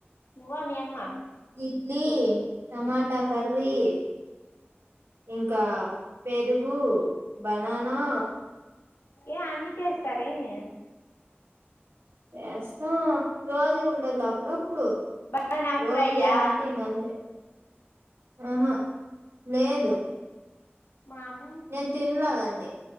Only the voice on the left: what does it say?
నువ్వా మీ అమ్మ
ఏ అన్ని చేస్తారు ఏమి
బనానా
ఫ్రైయా
మా అమ్